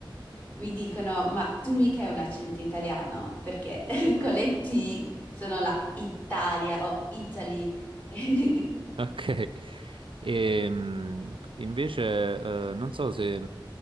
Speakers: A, on the left; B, on the right.
A: mi dicono: Ma tu mica hai un accento italiano? Perché <laughs> con le T sono la Italia o Italy. <laughs>
B: Ok, Ehm, invece eh, non so se eh,